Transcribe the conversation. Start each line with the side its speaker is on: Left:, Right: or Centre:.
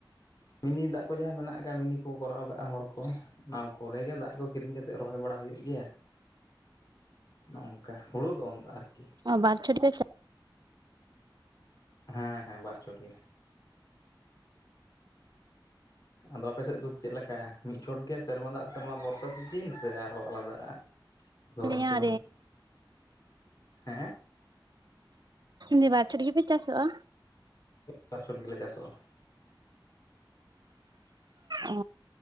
Left: ᱢᱤᱱᱤ ᱫᱟᱜ ᱠᱚ ᱡᱟᱦᱟᱸ ᱢᱮᱱᱟᱜ ᱟᱠᱟᱫ ᱢᱤᱱᱤ ᱠᱚ ᱠᱚᱨᱟᱣ ᱠᱟᱜᱼᱟ ᱦᱚᱲ ᱠᱚ, ᱚᱱᱟ ᱠᱚᱨᱮ ᱜᱮ ᱫᱟᱜ ᱠᱚ ᱠᱤᱨᱤᱧ ᱠᱟᱛᱮᱜ ᱨᱚᱦᱚᱭ ᱵᱟᱲᱟ ᱦᱩᱭᱩᱜ ᱜᱮᱭᱟ᱾ ᱱᱚᱝᱠᱟ ᱦᱩᱲᱩ ᱫᱚ ᱟᱨᱠᱤ
Right: ᱚ ᱵᱟᱨ ᱪᱷᱚᱴ ᱯᱮ ᱪᱟᱥ
Left: ᱦᱮᱸ ᱦᱮᱸ ᱵᱟᱨ ᱪᱚᱴ ᱜᱮ᱾ ᱟᱫᱚ ᱟᱯᱮ ᱥᱮᱫ ᱫᱚ ᱪᱮᱫ ᱞᱮᱠᱟ ᱢᱤᱫ ᱪᱚᱴ ᱜᱮ ᱥᱮᱨᱢᱟ ᱫᱟᱜ ᱛᱮ ᱱᱚᱣᱟ ᱵᱚᱨᱥᱟ ᱥᱤᱡᱤᱱ ᱥᱮ ᱟᱨᱦᱚᱸ ᱟᱞᱟᱫᱟ? ᱫᱷᱚᱨᱚᱱ
Right: <unintelligible> ᱫᱮᱸᱭᱟᱸ
Left: ᱥᱚᱢᱚᱭ ᱦᱮᱸ
Right: ᱨᱮ ᱵᱟᱨ ᱪᱷᱚᱴ ᱜᱮᱯᱮ ᱪᱟᱥᱚᱜᱼᱟ?
Left: ᱵᱟᱨ ᱪᱷᱚᱴ ᱜᱮᱞᱮ ᱪᱟᱥᱚᱜᱼᱟ᱾
Right: ᱚᱻ